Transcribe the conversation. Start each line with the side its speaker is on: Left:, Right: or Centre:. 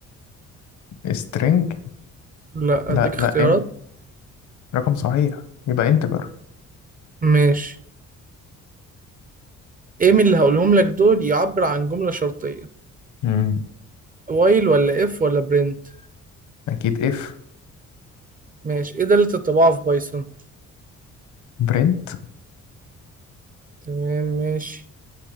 Left: سترينج
Right: لا
Left: لا
Right: اديك اختيارات
Left: لا ان رقم صحيح يبقى انتجر
Right: ماشي ايه من اللي هقولهم لك دول يعبر عن جملة شرطية
Left: مم.
Right: وايل ولا اف ولا برنت
Left: اكيد اف
Right: ماشي ايه دالة الطباعة في بايثون
Left: برنت
Right: تمام ماشي